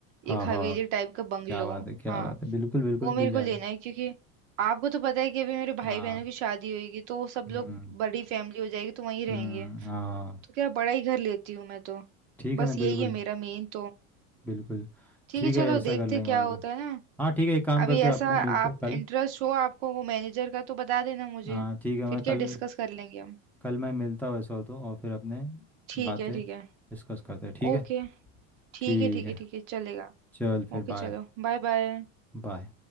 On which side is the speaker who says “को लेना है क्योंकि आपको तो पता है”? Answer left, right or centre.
Right